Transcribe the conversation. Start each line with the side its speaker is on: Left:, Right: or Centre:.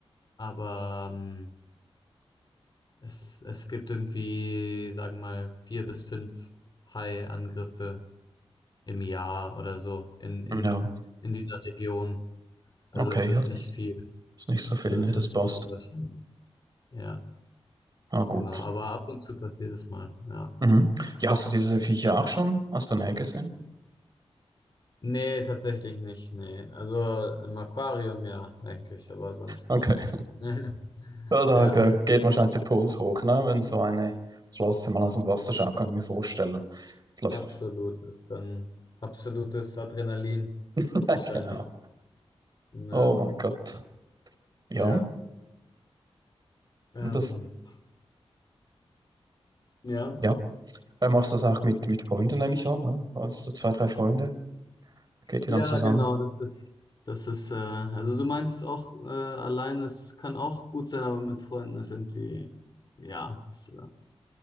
Left: aber ähm, es, es gibt irgendwie, sagen wir mal, vier bis fünf Hai-Angriffe im Jahr oder so in, in,
Right: Ja,
Left: in dieser Region. Also
Right: okay,
Left: es ist
Right: ja, das
Left: nicht viel.
Right: ist nicht so viel,
Left: Also
Right: ne,
Left: es
Right: das
Left: ist
Right: passt.
Left: ziemlich unwahrscheinlich. Ja,
Right: Ah, gut.
Left: genau. Aber ab und zu passiert es mal. Ja.
Right: Mhm. Ja, hast du diese Viecher auch schon aus der Nähe gesehen?
Left: Nee, tatsächlich nicht. Nee. Also im Aquarium ja eigentlich, aber sonst
Right: Okay.
Left: nicht.
Right: <laughs>
Left: <laughs>
Right: Ja, Da,
Left: Ja,
Right: da geht wahrscheinlich der Puls hoch, ne? Wenn so eine Flosse mal aus dem Wasser schaut, kann ich mir vorstellen. Das läuft.
Left: absolut. Das ist dann absolutes Adrenalin
Right: <laughs> Ja,
Left: wahrscheinlich.
Right: genau.
Left: Ja,
Right: Oh mein Gott. Ja,
Left: ja. Ähm,
Right: und das,
Left: ja.
Right: ja. Äh, machst du das auch mit, mit Freunden, nehme ich an, ne? Also zwei, drei Freunde, geht ihr
Left: Ja,
Right: dann zusammen?
Left: genau, das ist, das ist, äh, also du meintest auch, äh, allein, es kann auch gut sein, aber mit Freunden ist irgendwie, ja, ist, äh,